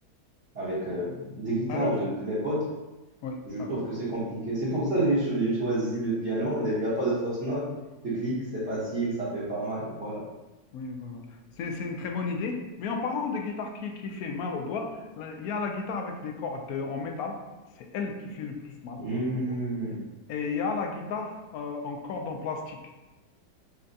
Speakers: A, on the right (about 45°); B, on the left (about 70°).
A: avec euh, des guitares
B: Alors,
A: de, de mes potes,
B: oui,
A: je trouve
B: alors.
A: que c'est compliqué. C'est pour ça que j'ai cho- j'ai choisi le piano. Il n'y a pas de fausses notes. Tu cliques, c'est facile, ça fait pas mal. Voilà.
B: Oui, voilà. C'est, c'est une très bonne idée. Mais en parlant de guitare qui, qui fait mal aux doigts, là, il y a la guitare avec des cordes euh, en métal. C'est elle qui fait le plus mal
A: Hmm,
B: aux doigts. Et il y a la guitare euh, en corde en plastique.